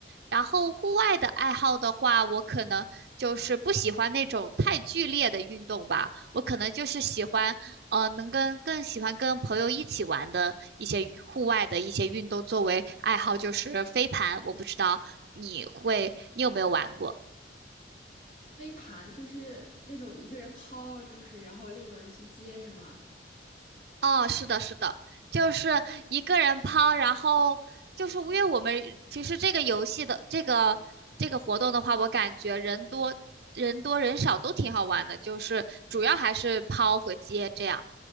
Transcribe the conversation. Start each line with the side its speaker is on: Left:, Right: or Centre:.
Right: 然后户外的爱好的话，我可能就是不喜欢那种太剧烈的运动吧，我可能就是喜欢，呃，能跟更喜欢跟朋友一起玩的一些户外的一些运动作为爱好，就是飞盘。我不知道你会，你有没有玩过？
Left: 飞盘就是那种一个人抛，就是然后另一个人去接，是吗？
Right: 哦，是的，是的，就是一个人抛，然后就是因为我们其实这个游戏的这个这个活动的话，我感觉人多人多人少都挺好玩的，就是主要还是抛和接这样。